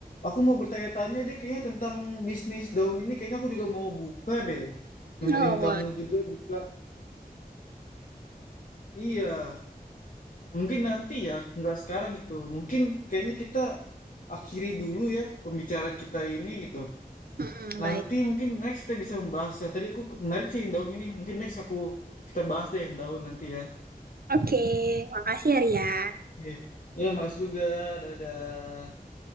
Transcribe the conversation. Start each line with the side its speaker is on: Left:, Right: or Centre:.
Left: aku mau bertanya-tanya deh kayaknya tentang bisnis daun ini. Kayaknya aku juga mau buka deh. Nemenin
Right: oh boleh
Left: kamu juga buka. Iya. Mungkin nanti ya, nggak sekarang gitu. Mungkin kayaknya kita akhiri dulu ya pembicaraan kita ini gitu.
Right: Mm-mm,
Left: Nanti
Right: baik
Left: mungkin next kita bisa membahas yang tadi aku menarik sih yang daun ini. Mungkin next aku kita bahas deh yang daun nanti ya.
Right: Oke, makasih ya Ria.
Left: Iya, Iya, makasih juga. Dadah.